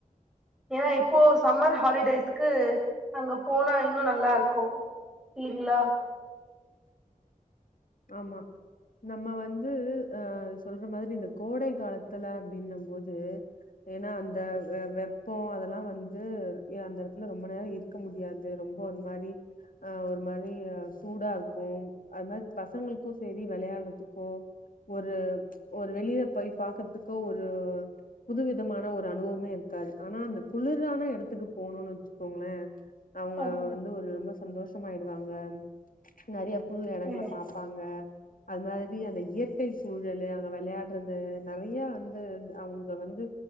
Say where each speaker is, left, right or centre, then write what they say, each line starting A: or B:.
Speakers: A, in the centre; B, on the left.
A: ஏன்னா இப்போ சம்மர் ஹாலிடேஸ்க்கு அங்க போனா இன்னொ நல்லா இருக்கு இல்லிங்ளா
B: ஆமா நம்ம வந்து அ சொல்ற மாதிரி இந்த கோடை காலத்துல அப்டின்ன போது ஏனா அந்த வெ வெப்பொ அதெல்லா வந்து ஏ அந்த எடத்துல ரொம்ப நேரொ இரு இருக்க முடியாது ரொம்ப ஒரு மாரி அ ஒரு மாரி சூடா இருக்கு அது மாரி பசங்களுக்கு சேரி வெளையாட்றத்துக்கோ ஒரு ஒரு வெளியில போய் பாக்குறதுக்கு ஒரு புதுவிதமான ஒரு அனுவொவமே இருக்காது ஆனா அந்த குளுரான எடத்துக்கு போணோனு வச்சுக்கோங்களே அவங்க
A: ஆமா
B: வந்து ஒரு ரொம்ப சந்தோஷமாயிடுவாங்க நெறைய புது எடங்ள
A: ஆமா
B: வாங்க அது மாதிரி அந்த இயற்கை சூழலு அங்க வெளையாட்றது நெறைய வந்து அவுங்க வந்து